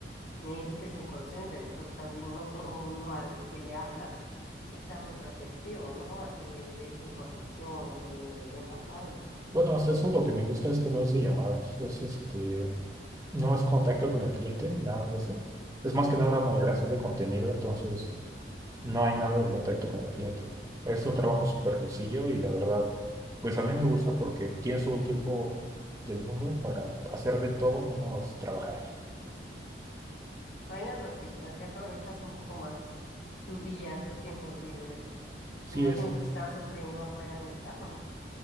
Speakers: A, on the left; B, on the right.
A: me dices que es un call center, entonces también no todo mundo al que le hablas está muy receptivo, ¿no? A que le des información, a que le vendas algo.
B: Bueno, hasta eso lo que me gusta es que no es de llamadas. Es este, no es contacto con el cliente, nada de eso. Es más que nada moderación de contenido, entonces. No hay nada de contacto con el cliente. Es un trabajo súper sencillo y la verdad, pues a mí me gusta porque tienes un tiempo del mundo para hacer de todo menos trabajar.
A: Bueno, eso sí, así aprovechas un poco más tu día, tus tiempos libres
B: Sí,
A: y no
B: eso.
A: tienes que estar sufriendo afuera en el tarro.